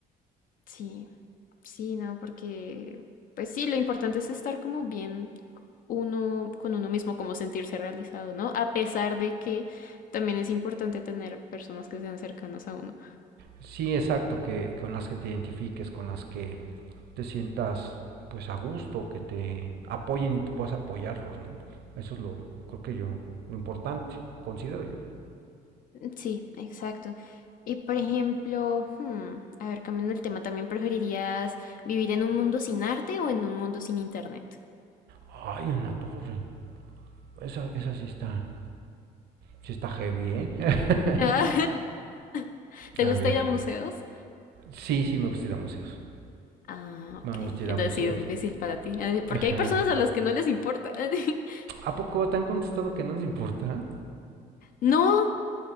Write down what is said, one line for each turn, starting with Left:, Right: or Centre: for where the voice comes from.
Left: Sí, sí, no, porque, pues sí, lo importante es estar como bien uno con uno mismo, como sentirse realizado, ¿no? A pesar de que también es importante tener personas que sean cercanas a uno.
Right: Sí, exacto, que con las que te identifiques, con las que te sientas pues a gusto, que te apoyen y tú puedas apoyarlos, ¿no? Eso es lo, creo que yo, lo importante, considero yo.
Left: Sí, exacto. Y por ejemplo, hmm, a ver, cambiando el tema, ¿también preferirías vivir en un mundo sin arte o en un mundo sin internet?
Right: Ay, en la torre, esa, esa sí está, sí está heavy, ¿eh? <laughs>
Left: Ah, <laughs> ¿Te
Right: a
Left: gusta
Right: ver,
Left: ir a museos?
Right: sí, sí me gusta ir a museos.
Left: Ah, ok.
Right: Me gusta ir
Left: Entonces
Right: a museos.
Left: sí, es difícil para ti, Ah, porque
Right: Ajá.
Left: hay personas a las que no les importa. <laughs>
Right: ¿A poco te han contestado que no les importa?
Left: No,